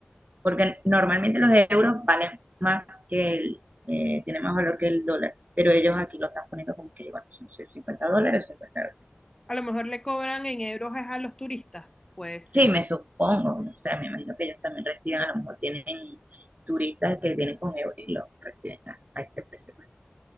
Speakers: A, on the right (about 45°); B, on the left (about 15°).
A: porque normalmente los euros valen más que el, eh, tiene más valor que el dólar, pero ellos aquí lo están poniendo como que igual, son 50 dólares, 50 dólares.
B: a lo mejor le cobran en euros es a los turistas. Puede ser.
A: Sí, me supongo, o sea, me imagino que ellos también reciben, a lo mejor tienen turistas que vienen con euros y los reciben a, a ese precio.